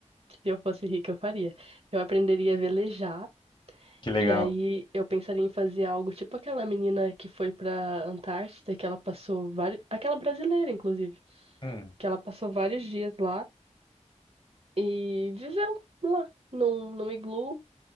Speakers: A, on the right; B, on the left.
A: se eu fosse rica, eu faria. Eu aprenderia a velejar.
B: que legal.
A: E aí eu pensaria em fazer algo tipo aquela menina que foi pra Antártida, que ela passou vários, aquela brasileira, inclusive,
B: Hum.
A: que ela passou vários dias lá. E viveu lá, num, num iglu,